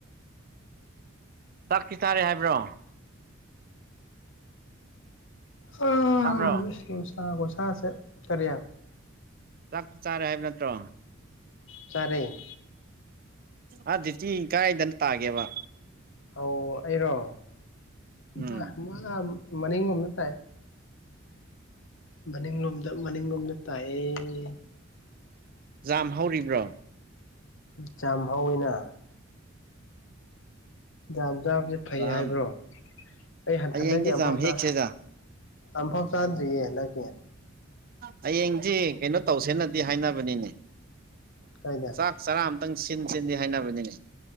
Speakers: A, on the right; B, on the left.
A: ꯆꯠꯈꯤ ꯆꯥꯔꯤꯦ ꯍꯥꯏꯕ꯭ꯔꯣ
B: ꯎꯣꯁꯥ
A: ꯇꯥꯕ꯭ꯔꯣ
B: ꯒꯁꯥꯥꯁꯦꯠ ꯀꯔꯤꯌꯥ
A: ꯆꯥꯛ ꯆꯥꯔꯦ ꯍꯥꯏꯕ ꯅꯠꯇ꯭ꯔꯣ
B: ꯆꯔꯦ
A: ꯑ ꯑꯗꯨꯗꯤꯤ ꯀꯥꯏꯗꯅ ꯇꯥꯒꯦꯕ
B: ꯍꯧ ꯑꯩꯔꯣ
A: ꯎꯝ
B: ꯑ ꯃꯥ ꯃꯅꯤꯡꯒꯣꯝꯅ ꯇꯥꯏ ꯃꯅꯤꯡꯂꯣꯝꯗ ꯃꯅꯤꯡꯂꯣꯝꯗ ꯇꯥꯏꯌꯦ
A: ꯌꯥꯝꯖꯥꯝ ꯍꯧꯔꯤꯕ꯭ꯔꯣ
B: ꯆꯝꯍꯧꯅ ꯌꯥꯝ ꯆꯥꯕꯁꯦ ꯐꯩ
A: ꯖꯥꯝ
B: ꯍꯥꯏꯕ꯭ꯔꯣ ꯑꯩ ꯍꯟꯗꯛꯀꯤ
A: ꯍꯌꯦꯡꯗꯤ
B: ꯑꯃꯐꯥꯎ
A: ꯖꯥꯝ
B: ꯆ
A: ꯍꯦꯛꯁꯦꯗ
B: ꯑꯝꯐꯥꯎ ꯆꯥꯟꯗꯔꯤꯌꯦ ꯅ ꯀꯦ
A: ꯍꯌꯦꯡꯗꯤ ꯀꯩꯅꯣ ꯇꯧꯁꯦꯅꯗꯤ ꯍꯥꯏꯅꯕꯅꯤꯅꯦ
B: ꯀꯥꯏꯗ
A: ꯆꯥꯛ ꯆꯔꯥ ꯑꯇꯪ ꯁꯤꯟ ꯁꯤꯟꯗꯤ ꯍꯥꯏꯅꯕꯅꯤꯅꯦ